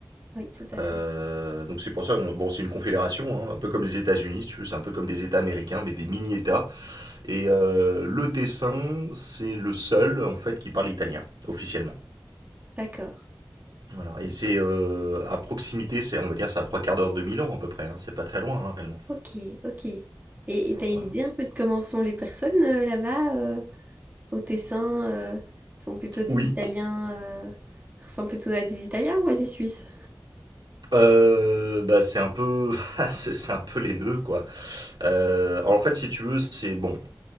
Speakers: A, on the right; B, on the right.
A: oui, tout à
B: Euh,
A: fait.
B: donc c'est pour ça, on- bon, c'est une confédération, hein, un peu comme les États-Unis, si tu veux, c'est un peu comme des États américains, mais des mini-États. Et euh, le Tessin, c'est le seul en fait qui parle italien officiellement.
A: D'accord.
B: Voilà. Et c'est euh, à proximité, c'est on va dire c'est à trois quarts d'heure de Milan à peu près. hein. C'est pas très loin hein, réellement.
A: Ok, ok. Et et t'as une
B: Voilà.
A: idée un peu de comment sont les personnes euh, là-bas euh, au Tessin euh, sont plutôt des
B: Oui.
A: Italiens, euh, ressemblent plutôt à des Italiens ou à des Suisses?
B: Euh, bah c'est un peu, <laughs> c'est c'est un peu les deux quoi. Euh, en fait, si tu veux, c'est bon.